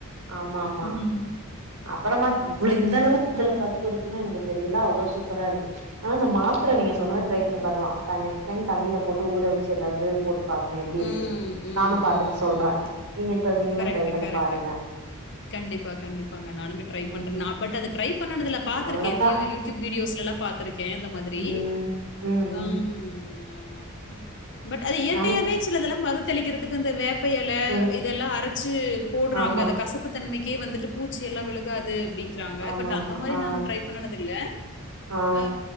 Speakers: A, on the right; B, on the left.
A: ஆமா ஆமா
B: ம்ஹ்ம்.
A: அப்பறமா
B: கண்டிப்பா,
A: இவ்ளோ இந்த
B: கண்டிப்பா.
A: அளவு <inaudible> அதுல
B: தென்
A: சத்து இருக்குனு எனக்கு தெரில அவ்ளோ சூப்பரா இருக்கு அனா இந்த மா ப்பறோ நீங்க சொன்னது ட்ரை
B: ம்.
A: பண்ணி பாக்கலா தா நெக்ஸ்ட் டைம் தண்ணீல போட்டு ஊறவச்சி எதாவ்து போட்டு பாக்னு எப்டி இருக்குன்ணு
B: ம், ம்,
A: நானு பாத்துட்டு
B: ம்,
A: சொல்றே
B: ம்.
A: நீங்கன்ட்ட நீங்களு
B: கரெக்ட்,
A: ட்ரைபண்ணி
B: கரெக்ட்.
A: பாருங்க
B: கண்டிப்பா கண்டிப்பாங்க நானுமே ட்ரை
A: ம்
B: பண்றே நா பட் அது ட்ரை பண்ணதுல பாத்துருக்கேத்தயு
A: அவ்ளோதா
B: யூடியூப் வீடியோஸ்லல்லா பாத்திருக்கே அந்த மாதிரி
A: ம் ம் ம்
B: அம் ஆம்மா அது இயற்கையாவே
A: நாங்க
B: சிலதெல்லா மறுதெளிக்கிறதுக்கு அந்த வேப் ப்பஎல
A: ம்
B: இதெலா அரச்சி போட்றாங்க
A: ஆமா
B: அந்த கசப் பு தன்மைக்கே வந்துட்டு பூச்சி எல்லா விழுகாது அப்டின் கிராங்க
A: ஆமா
B: பட்
A: ஆமா
B: அந்த மாரி
A: ஆ
B: நானு ட்ரைபண்ணனது இல்ல
A: ஆ
B: அ